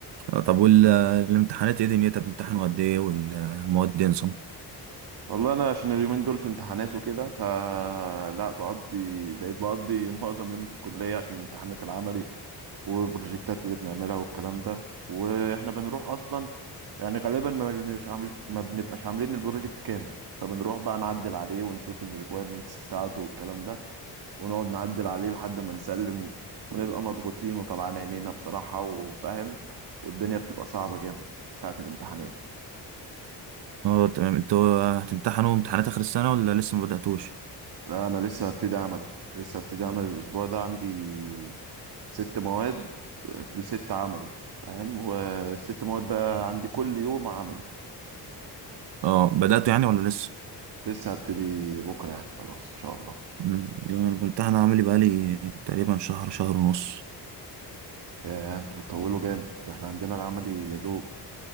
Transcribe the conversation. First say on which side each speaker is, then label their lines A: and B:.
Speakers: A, on the right; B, on the right.
A: آه، طب والامتحانات ايه دنيتها بتمتحنوا قد ايه والمواد ايه نظام
B: والله انا عشان اليومين دول في امتحانات وكده فلا بقضي بقيت بقضي <laughs> معظم يومي في الكلية عشان امتحانات العملي والبروجكتات اللي بنعملها والكلام ده واحنا بنروح اصلا يعني غالبا ما بنبقاش عامل ما بنبقاش عاملين البروجكت كامل فبنروح بقى نعدل عليه ونشوف الريكويرمنتس بتاعته والكلام ده ونقعد نعدل عليه لحد ما نسلم و... ونبقى مضغوطين وطلعان عينينا بصراحة وفاهم والدنيا بتبقى صعبة جامد في ساعة الامتحانات
A: اه تمام انتوا هتمتحنوا امتحانات اخر السنة ولا لسه ما بدأتوش
B: ده أنا لسه هبتدي عملي لسه هبتدي عمل الأسبوع ده عندي ست مواد بست عملي فاهم والست مواد ده عندي كل يوم عملي
A: اه بدأتوا يعني ولا لسه
B: لسه هبتدي بكرة يعني خلاص إن شاء الله
A: مم. لا انا بامتحن عملي بقالي تقريبا شهر شهر ونص
B: يا انتوا بتطولوا جامد ده احنا عندنا العملي يا دوب